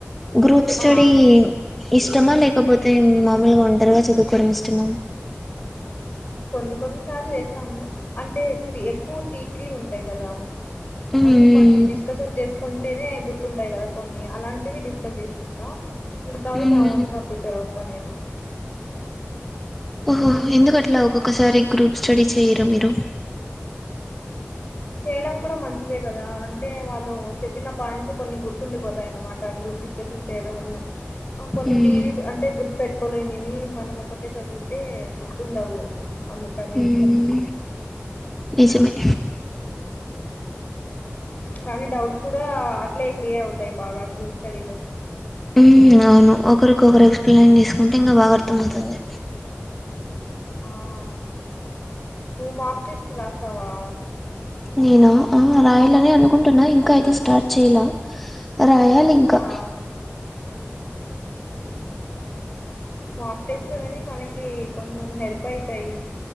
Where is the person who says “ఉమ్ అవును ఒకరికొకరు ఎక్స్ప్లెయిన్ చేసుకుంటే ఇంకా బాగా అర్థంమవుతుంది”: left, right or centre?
Centre